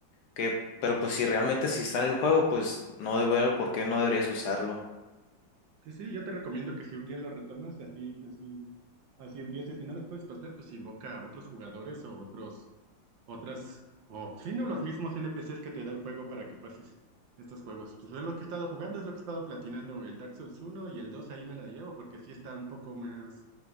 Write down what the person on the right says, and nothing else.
sí,
sí, sí, yo te recomiendo que si un día lo retomas, así, así, así empieces. Si no las puedes pasar, pues invoca a otros jugadores o otros. Otras, o sí, no, los mismos N P NPCs que te da el juego para que pases estos juegos. Pues es lo que he estado jugando, es lo que he estado platinando, el Dark Souls uno y el dos ahí me la llevo, porque sí está un poco más,